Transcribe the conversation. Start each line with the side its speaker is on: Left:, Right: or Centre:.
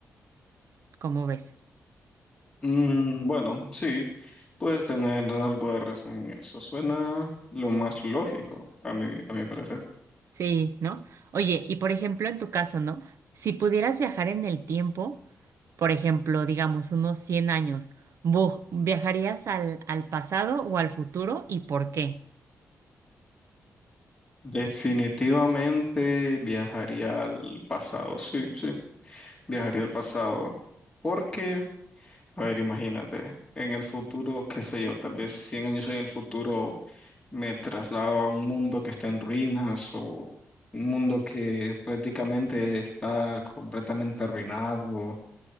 Right: ¿Cómo ves?
Left: Mm, bueno, sí, puedes tener algo de razón en eso. Suena lo más lógico, a mi, a mi parecer.
Right: Sí, ¿no? Oye, y por ejemplo, en tu caso, ¿no? Si pudieras viajar en el tiempo, por ejemplo, digamos unos 100 años, ¿vo- ¿viajarías al, al pasado o al futuro y por qué?
Left: Definitivamente viajaría al pasado, sí, sí. Viajaría al pasado. Porque, a ver, imagínate, en el futuro, qué sé yo, tal vez 100 años en el futuro me traslado a un mundo que está en ruinas o un mundo que prácticamente está completamente arruinado